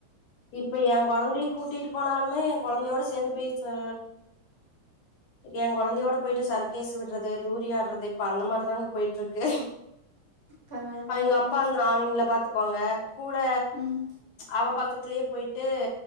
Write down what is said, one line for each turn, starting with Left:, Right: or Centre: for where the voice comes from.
Left: இப்ப ஏங்கொழந்தைய கூட்டிட்டு போனாலுமே ஏங்குழந்தையோட சேர்ந்து போய் ச <inaudible> ஏங்கொழந்தையோட போய்ட்டு சர்கேஸ் விட்றது தூரி ஆட்றது இப்ப அந்த மாரிதாங்க போய்ட்ருக்கு
Right: பரவால்ல
Left: அவிங்க
Right: பரவால்ல
Left: அப்பா அந்த அவிங்கள பாத்துக்குவாங்க கூ ட
Right: ம்
Left: அவ பக்கத்துலேயே போய்ட்டு